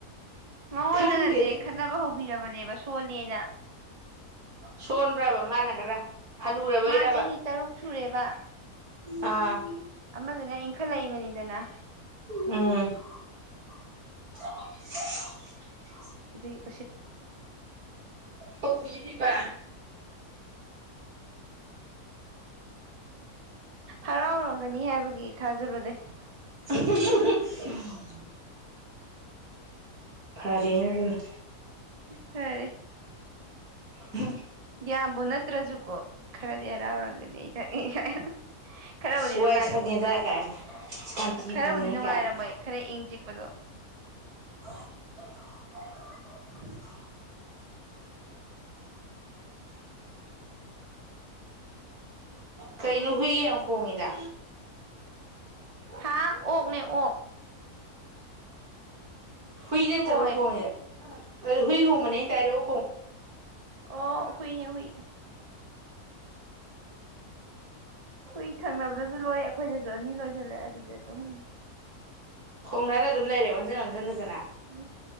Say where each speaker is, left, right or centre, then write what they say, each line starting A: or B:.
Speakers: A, on the right; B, on the right.
A: ꯃꯉꯣꯟꯗꯒꯁꯦ
B: ꯈꯪꯗꯦꯅꯦ
A: ꯈꯠꯅꯕ ꯍꯧꯕꯤꯔꯕꯅꯦꯕ ꯁꯣꯂꯅ
B: ꯁꯣꯟꯕ꯭ꯔꯕ ꯃꯥꯅ ꯈꯔ ꯍꯅꯨꯔꯕꯣꯏꯔꯕ
A: ꯃꯥ ꯆꯍꯤ ꯇꯔꯨꯛ ꯁꯨꯔꯦꯕ
B: ꯑꯥ
A: ꯑꯃꯗꯨꯅ ꯏꯟꯈꯠꯂꯛꯏꯕꯅꯤꯗꯅ
B: ꯎꯝ <unintelligible>
A: <unintelligible>
B: ꯑꯣ ꯄꯤꯔꯤꯕ
A: ꯍꯔꯥꯎꯔꯝꯒꯅꯤ ꯍꯥꯏꯕꯒꯤ ꯊꯥꯖꯕ ꯂꯩꯦ
B: <unintelligible> ꯐꯔꯦꯅ ꯑꯗꯨꯅ
A: ꯐꯔꯤ
B: ꯎꯝ
A: ꯌꯥꯕꯨꯅꯠꯇꯖꯨ ꯈꯔꯗꯤ ꯍꯔꯥꯎꯔꯒꯗꯤ ꯑꯩꯈ ꯈꯔꯕꯨꯗꯤ
B: ꯑꯁ ꯋꯥꯏ
A: ꯅꯨꯡꯉꯥꯏꯔꯝꯃꯣꯏ
B: ꯁꯪꯉꯦꯗ ꯀꯥꯏꯅ ꯁꯥꯟꯇꯤ
A: ꯈꯔꯕꯨꯗꯤ
B: ꯐꯪꯉꯦ
A: ꯅꯨꯡꯉꯥꯏꯔꯝꯃꯣꯏ
B: ꯀꯥꯏꯅ
A: ꯈꯔ ꯏꯪ ꯑꯗꯨꯒ
B: <unintelligible> ꯀꯩꯅꯣ ꯍꯨꯏꯒꯦ ꯑꯃꯨ ꯈꯣꯡꯉꯤꯗ
A: ꯍꯥꯥ ꯑꯣꯅꯦ ꯑꯣ
B: ꯍꯨꯏꯗꯦ ꯇꯕ
A: ꯍꯣꯡꯉꯦ
B: ꯍꯣꯉꯗ ꯑꯗꯨ ꯍꯨꯏꯒ ꯍꯣ ꯃꯅꯤꯅꯦ ꯇꯔꯣ
A: ꯑꯣ ꯍꯨꯏꯅꯤ ꯍꯨꯏ ꯍꯣꯏ ꯊꯪꯅ ꯑꯗꯨꯁꯨ ꯂꯣꯏ ꯑꯩꯈꯣꯏꯗꯁꯨ ꯑꯅꯤ ꯂꯣꯏꯁꯜꯂꯦ ꯑꯗꯨꯗꯤ ꯑꯗꯨꯝ
B: ꯈꯣꯡꯅꯅ ꯑꯗꯨꯝ ꯂꯩꯔꯦ ꯑꯣꯟꯁꯤꯟ ꯑꯣꯟꯁꯤꯟ ꯍꯖꯅ
A: ꯎ